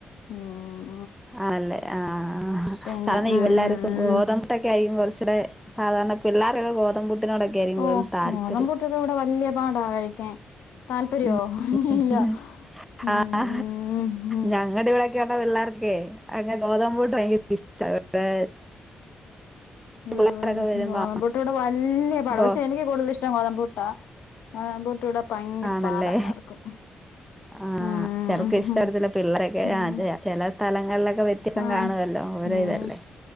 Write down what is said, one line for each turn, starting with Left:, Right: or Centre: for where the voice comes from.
Left: ഉം.
Centre: ആല്ലെ ആ
Left: പിന്നെ
Centre: സാധാരണ
Left: ഉം
Centre: പിള്ളേർക്കും
Left: ഉം ഉം
Centre: ഗോതമ്പുട്ടൊക്കെ ആയിരിക്കും കൊർ ച്ച്ടെ സാധാരണ പിള്ളോരൊക്കെ ഗോതമ്പു ട്ട്നോടൊക്കെ അയിരിക്കും കൂടുതൽ
Left: ഓഹ്
Centre: താല്പര്യം.
Left: ഗോതമ്പുട്ടൊക്കെ ഇവിടെ വല്യ പാടാ കഴിക്കാൻ താല്പര്യോ
Centre: ഉം ഉം
Left: ഇല്ല ഉം
Centre: ആ ആ
Left: ഉം ഉം
Centre: ഞങ്ങളുടെ ഇവിടെക്കെ പറഞ്ഞ പിള്ളേർ ക്ക് അങ്ങനെ ഗോതമ്പൂട്ട് ഭയങ്കര പി സ്റ്റാ ഇവിടെ.
Left: ആ
Centre: പിള്ളേരൊക്കെ വരുമ്പോ
Left: ഗോതമ്പ്പുട്ട് ഇവിടെ വല്യയ പാട
Centre: ഗോ
Left: പക്ഷെ എനിക്ക് കൂടുതലൽ ഇഷ് ടം ഗോതമ്പ്പുട്ടാ ഗോതമ്പ്പുട്ട് ഇവിടെ ഭയങ്കര
Centre: ആണല്ലേ.
Left: പാടാ എല്ലാർക്കും
Centre: ആ
Left: ഉം
Centre: ചെർക്ക് ഇഷ്ടപ്പെടത്തില്ല പിള്ളരൊക്കെ
Left: ഉം
Centre: ആ ചെല സ്ഥലങ്ങളിലൊ ക്കെ വ്യത്യസം
Left: ആഹ്
Centre: കാണുവല്ലോ ഓരോ
Left: ഉം
Centre: ഇതല്ലേ